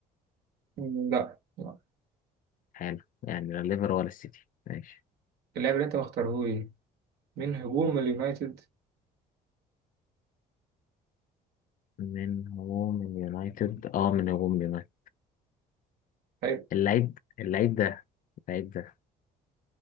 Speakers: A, on the right (about 70°); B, on the left (about 55°).
A: لا لا
B: حلو يعني لا ليفر ولا السيتي ماشي
A: اللاعب اللي انت مختارهولي من هجوم اليونايتد
B: من هو من يونايتد اه من هو من يونايتد
A: طيب
B: اللعيب اللعيب ده اللعيب ده